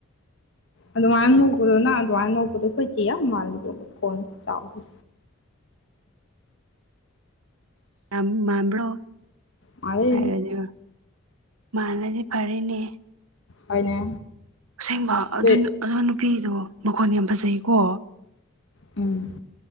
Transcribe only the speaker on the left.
ꯑꯗꯨꯃꯥꯏꯅ ꯅꯣꯛꯄꯗꯣ ꯅꯪ ꯑꯗꯨꯃꯥꯏꯅ ꯅꯣꯛꯄꯗꯣ ꯑꯩꯈꯣꯏ ꯆꯦ ꯌꯥꯝ ꯃꯥꯜꯂꯦꯕꯣ ꯈꯣꯟ ꯆꯥꯎꯕꯒꯤ
ꯃꯥꯜꯂꯦ
ꯍꯣꯏꯅꯦ
ꯑꯗꯨꯏ
ꯎꯝ